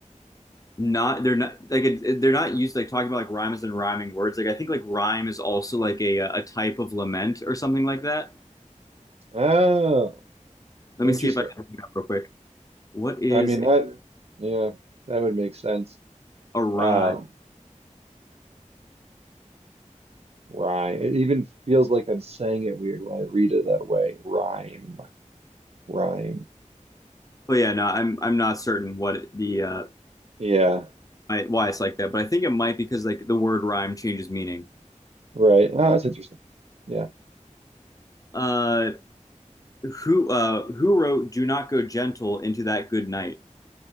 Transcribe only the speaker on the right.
Oh,
interesting.
I mean that, yeah, that would make sense.
Um, rhyme. It even feels like I'm saying it weird when I read it that way. Rhyme, rhyme.
Yeah,
right. Oh, that's interesting. Yeah.